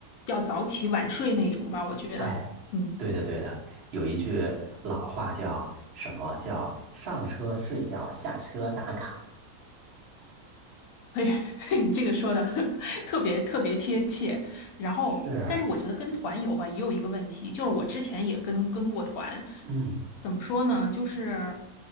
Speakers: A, on the left; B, on the right.
A: 要早起晚睡那种吧，我觉得，
B: 哎，
A: 嗯，
B: 对的对的，有一句老话叫什么叫上车睡觉，下车打卡。
A: 嘿，<laughs> 你这个说的 <laughs> 特别特别贴切。然后，
B: 是，
A: 但是我觉得跟团游吧也有一个问题，就是我之前也跟跟过团，
B: 嗯，
A: 怎么说呢，就是